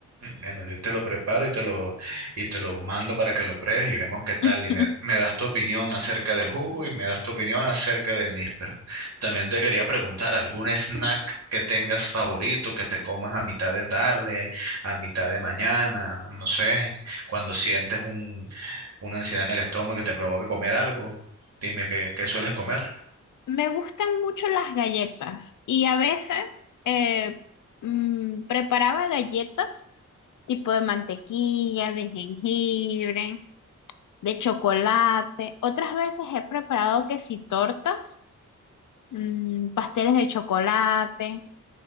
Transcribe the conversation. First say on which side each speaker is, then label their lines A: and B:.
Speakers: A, on the right; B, on the left.
A: Bueno, yo te lo preparo y te lo, y te lo mando para que lo pruebes y vemos qué tal.
B: <laughs>
A: Y me, me das tu opinión acerca del jugo y me das tu opinión acerca del níspero. También te quería preguntar, ¿algún snack que tengas favorito, que te comas a mitad de tarde, a mitad de mañana, no, no sé, cuando sientes un, una ansiedad en el estómago que te provoca comer algo? Dime qué, qué sueles comer.
B: Me gustan mucho las galletas y a veces eh, mm, preparaba galletas tipo de mantequilla, de jengibre, de chocolate. Otras veces he preparado que si tortas mm, pasteles de chocolate